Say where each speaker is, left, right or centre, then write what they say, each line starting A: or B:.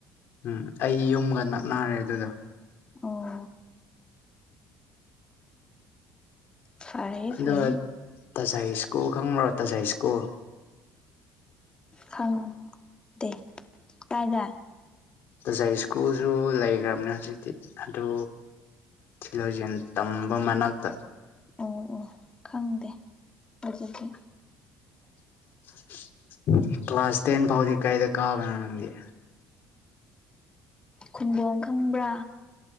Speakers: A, on the left; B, on the left.
A: ꯎꯝ ꯑꯩ ꯌꯨꯝꯒ ꯅꯛꯅꯔꯦ ꯑꯗꯨꯗꯣ
B: ꯑꯣ ꯐꯥꯏ
A: ꯑꯗꯣ
B: ꯐꯩ
A: ꯇꯖꯥꯏ ꯁ‍꯭ꯀꯨꯂ ꯈꯪꯕ꯭ꯔ ꯇꯖꯥꯏ ꯁ꯭ꯀꯨꯂ
B: ꯈꯪꯗꯦ ꯇꯥꯏꯗ
A: ꯇꯖꯥꯏ ꯁ꯭ꯀꯨꯜꯁꯨ ꯂꯩꯈ꯭ꯔꯕꯅꯦ ꯍꯧꯖꯤꯛꯇꯤ ꯑꯗꯨ ꯊꯤꯂꯣꯖꯤꯟ ꯇꯝꯕ ꯃꯅꯥꯛꯇ
B: ꯑꯣ ꯑꯣ ꯈꯪꯗꯦ ꯑꯗꯨꯗꯤ
A: <inaudible> ꯀ꯭ꯂꯥꯁ ꯇꯦꯟ ꯐꯥꯎꯗꯤ ꯀꯥꯏꯗ ꯀꯥꯕꯅꯣ ꯅꯪꯒꯤ
B: ꯈꯨꯟꯗꯣꯡ ꯈꯪꯕ꯭ꯔꯥ